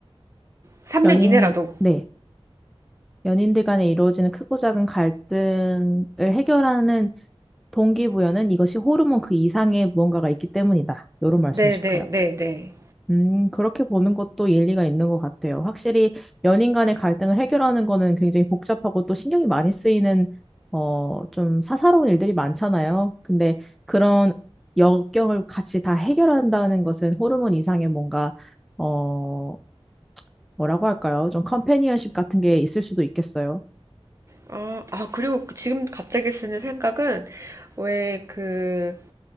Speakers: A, on the right (about 30°); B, in the centre.
A: 3년
B: 연인,
A: 이내라도.
B: 네. 연인들 간에 이루어지는 크고 작은 갈등을 해결하는 동기부여는 이것이 호르몬 그 이상의 무언가가 있기 때문이다. 이런 말씀이실까요?
A: 네, 네, 네, 네.
B: 음, 그렇게 보는 것도 일리가 있는 것 같아요. 확실히 연인 간의 갈등을 해결하는 거는 굉장히 복잡하고 또 신경이 많이 쓰이는, 어, 좀 사사로운 일들이 많잖아요. 근데 그런 역경을 같이 다 해결한다는 것은 호르몬 이상의 뭔가, 어, 뭐라고 할까요? 좀 컴패니언십 같은 게 있을 수도 있겠어요.
A: 아, 아, 그리고 그 지금 갑자기 쓰는 생각은 왜 그